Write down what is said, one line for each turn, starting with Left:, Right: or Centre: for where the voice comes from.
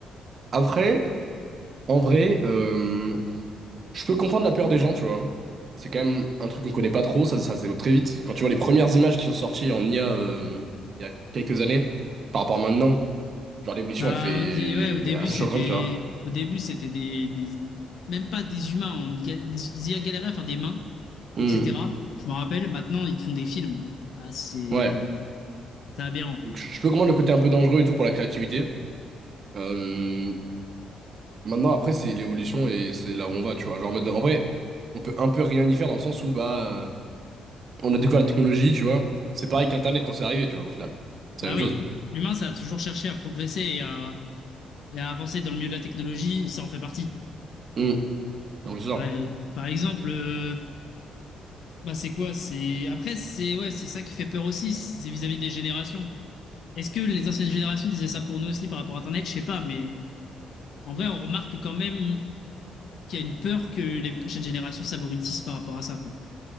Right: Après, en vrai, euh, je peux comprendre la peur des gens, tu vois. C'est quand même un truc qu'on connaît pas trop, ça, ça se développe très vite. Quand tu vois les premières images qui sont sorties en IA, euh, il y a quelques années, par rapport à maintenant. Genre l'évolution,
Left: Bah,
Right: elle fait
Left: au, dé- ouais, au début,
Right: assez
Left: c'était,
Right: choquante, tu vois.
Left: au début, c'était des, des- même pas des humains, on ga- les les IA galéraient à faire des mains,
Right: Hmm,
Left: etc. Je me rappelle, maintenant, ils te font des films. Ah, c'est,
Right: Ouais.
Left: c'est aberrant.
Right: Donc je je peux comprendre le côté un peu dangereux et tout pour la créativité. Euh, Maintenant, après, c'est l'évolution et c'est là où on va, tu vois. Genre en mode, en vrai, on peut un peu rien y faire dans le sens où bah euh, on a découvert la technologie, tu vois. C'est pareil qu'Internet quand c'est arrivé, tu vois, au final.
Left: Bah
Right: C'est la même
Left: oui,
Right: chose.
Left: l'humain, ça a toujours cherché à progresser et à, et à avancer dans le milieu de la technologie, ça en fait partie.
Right: Hmm. Donc c'est ça.
Left: Par, par exemple, euh, Bah c'est quoi? C'est après c'est ouais c'est ça qui fait peur aussi, c'est vis-à-vis des générations. Est-ce que les anciennes générations disaient ça pour nous aussi par rapport à Internet? Je sais pas, mais en vrai on remarque quand même qu'il y a une peur que les prochaines générations s'abrutissent par rapport à ça quoi.